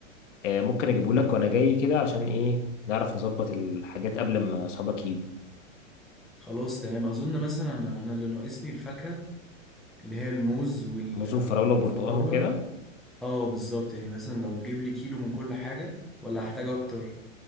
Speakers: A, on the left (about 65°); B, in the centre.
A: آه، ممكن اجيبه لك وانا جاي كده عشان ايه نعرف نظبط الحاجات قبل ما اصحابك يجوا
B: خلاص تمام اظن مثلا انا أنا اللي ناقصني الفاكهه اللي هي الموز وال
A: موز وفراوله
B: والفراوله
A: وبرتقال وكده
B: اه بالظبط يعني مثلا لو تجيب لي كيلو من كل حاجة ولا هحتاج اكتر